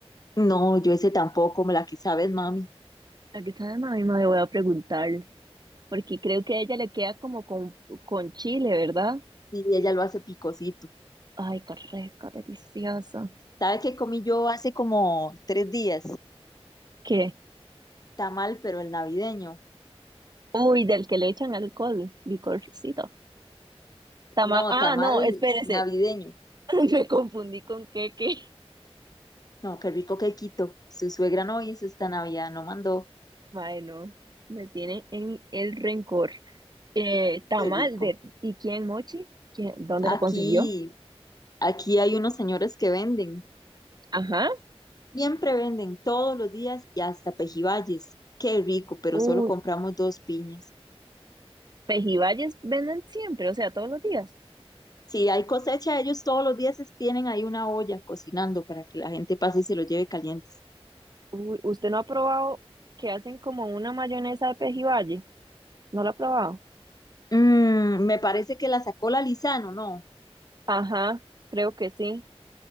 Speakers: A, on the left (about 35°); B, on the right (about 40°).
A: no, yo ese tampoco, me la que sabes, mami.
B: Aquí está de mami, mae, voy a preguntarle, porque creo que a ella le queda como con, con chile, ¿verdad?
A: Y ella lo hace picosito.
B: Ay, qué rica, deliciosa.
A: ¿Sabe qué comí yo hace como tres días?
B: ¿Qué?
A: Tamal, pero el navideño.
B: Uy, del que le echan alcohol, licorcito. tama
A: No,
B: ah,
A: tamal
B: no, espérese,
A: navideño.
B: <laughs> me confundí con queque.
A: No, qué rico quequito. Su suegra no hizo esta Navidad, no mandó.
B: Mae, no, me tiene en el rencor. Eh, tamal
A: Qué rico.
B: de ¿y quién Mochi? ¿Quién, dónde
A: Aquí,
B: la consiguió?
A: aquí hay unos señores que venden.
B: Ajá.
A: Siempre venden todos los días y hasta pejibayes. Qué rico, pero
B: Uy,
A: solo compramos dos piñas.
B: Pejibayes venden siempre, o sea, todos los días.
A: Si hay cosecha, ellos todos los días es- tienen ahí una olla cocinando para que la gente pase y se los lleve calientes.
B: Uy, ¿usted no ha probado que hacen como una mayonesa de Pejibaye? ¿No lo ha probado?
A: Mm, me parece que la sacó la Lizano, no,
B: Ajá, creo que sí,